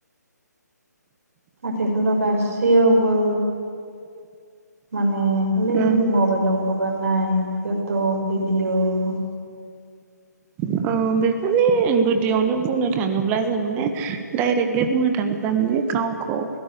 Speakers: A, on the right; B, on the right.
A: आथिखालाव गासैयावबो माने खालि
B: औ
A: मबाइलाव हगारनाय फट' भिडिअ'
B: औ बेफोरनि गुदियावनो बुंनो थाङोब्ला जों माने डाइरेक्टलि बुंनो थाङोब्ला माने गावखौ